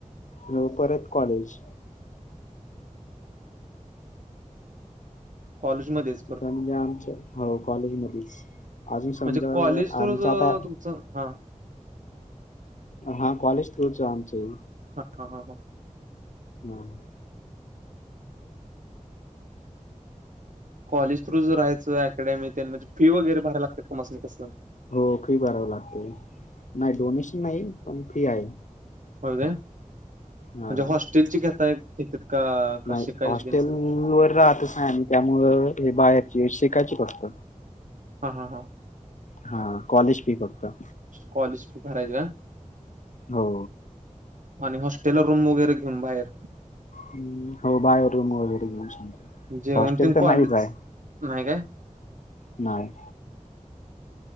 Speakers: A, on the left; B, on the right.
A: म परत कॉलेज.
B: कॉलेजमधेच.
A: तिथं म्हणजे आमच्या, हो कॉलेजमधेच. अजून समजा
B: म्हणजे कॉलेज थ्रू
A: आमच आता
B: तुमचं हा
A: हा कॉलेज थ्रूच आहे आमचही.
B: <unintelligible>
A: हम.
B: कॉलेज थ्रू जर राहायचं अकॅडेमी त्यांना फी वगैरे भरायला लागता <unintelligible> कस?
A: हो फी भरावं लागते. नाही डोनेशन नाही, पण फी आहे.
B: हो काय? म्हणजे
A: हा
B: हॉस्टेलची घेतायत त्याच्यात का का
A: नाही,
B: शिकायची
A: हॉस्टेल
B: त्यांचं
A: वर राहतच नाही आम्ही. त्यामुळं हे बाहेरची शिकायची फक्त.
B: हा हा हा.
A: हा कॉलेज फी फक्त.
B: कॉलेज फी भरायचं आ.
A: हो.
B: आणि हॉस्टेलवर रूम वगैरे घेऊन बाहेर?
A: हम् हो बाहेर रूम वगैरे घेऊन <unintelligible>
B: जेवण
A: हॉस्टेल
B: तीन
A: तर नाहीच
B: कॉलेज
A: आहे
B: नाही काय?
A: नाही.